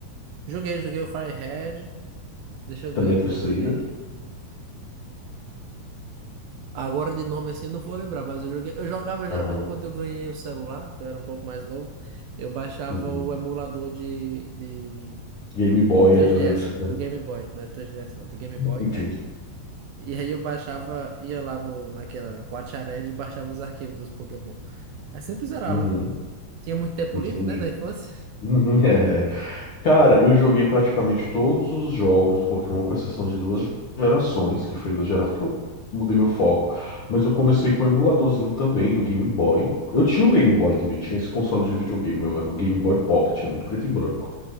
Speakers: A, on the right; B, on the left.
A: Joguei, joguei o Fire Red. Deixa
B: Que
A: eu
B: também
A: ver outro
B: é terceira.
A: que eu joguei. Agora de nome assim eu não vou lembrar, mas eu joguei, eu jogava geralmente
B: Aham,
A: quando eu ganhei o celular, que eu era um pouco mais novo, eu baixava
B: uhum.
A: o emulador de, de
B: Game Boy
A: do 3DS,
B: Advance, né?
A: do Game Boy, não é 3DS não, do Game Boy.
B: Entendi.
A: E aí eu baixava, ia lá no naquela Quatiarelli e baixava os arquivos dos Pokémon. Aí sempre zerava.
B: Uhum,
A: Tinha muito tempo
B: entendi.
A: livre, né, na infância.
B: Uhum, <laughs> Cara, eu joguei praticamente todos os jogos do Pokémon, com exceção de duas gerações, que foi duas gerações que eu mudei meu foco. Mas eu comecei com o emuladorzinho também do Game Boy. Eu tinha um Game
A: Uhum.
B: Boy também, tinha esse console de videogame, eu era um Game Boy Pocket, era um preto e branco.